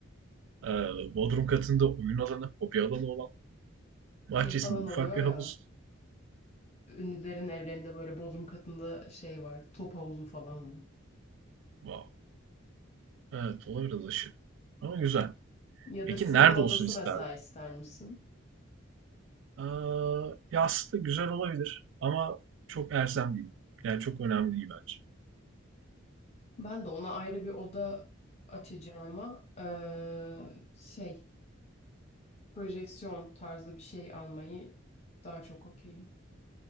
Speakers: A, on the right; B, on the left.
A: Ee, Bodrum katında oyun alanı, hobi alanı olan bahçesinde
B: Şey falan
A: ufak
B: oluyor
A: bir
B: ya.
A: havuz.
B: Ünlülerin evlerinde böyle bodrum katında şey var. Top havuzu falan var.
A: Wow. Evet, olabilir dışı. Ama güzel.
B: Ya
A: Peki
B: da sinema
A: nerede olsun
B: odası
A: isterdin?
B: mesela ister misin?
A: Aa, ya aslında güzel olabilir ama çok erzem değil. Yani çok önemli değil bence.
B: Ben de ona ayrı bir oda açacağıma eee şey projeksiyon tarzı bir şey almayı daha çok okeyim.